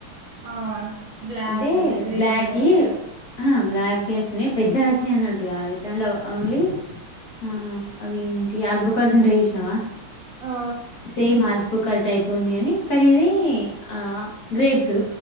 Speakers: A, on the right; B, on the left.
A: ఆ బ్లాక్
B: అంటే
A: గ్రీన్
B: బ్లాకీయ ఆ బ్లాకె అచ్చినయి. పెద్దై అచ్చినై అన్నట్టుగా దాంన్లో ఓన్లీ ఆ అవి ఇంటి ఆల్బుకార్స్ ఉంటయి చూస్ నవా
A: ఆ
B: సేమ్ అల్బుకార్ టైప్ ఉంది అని కానీ ఇదీ ఆ గ్రేప్సు